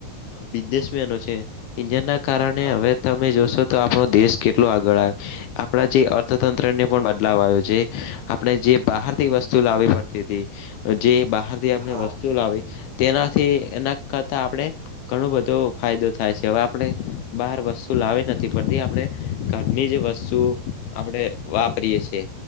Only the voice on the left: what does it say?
બિઝનેસમેનો છે જ ના કારણે
હવે ત તમે જોશો તો આપણો દેશ કેટલો આગળ આવે આપણા જે અર્થતંત્ર ને પણ બદલાવ આવ્યો છે આપણે જે બહાર વસ્તુ લાવવી પડતી હતી. જે બહારથી આપણે
વસ્તુઓ લાવી તેનાથી એના કરતા આપણે- ઘણો બધો ફાયદો થાય છે હવે આપણે બહાર વસ્તુ લાવી નથી પરતી આપણે ઘરની જ વસ્તુ- આપણે વાપરીએ છીએ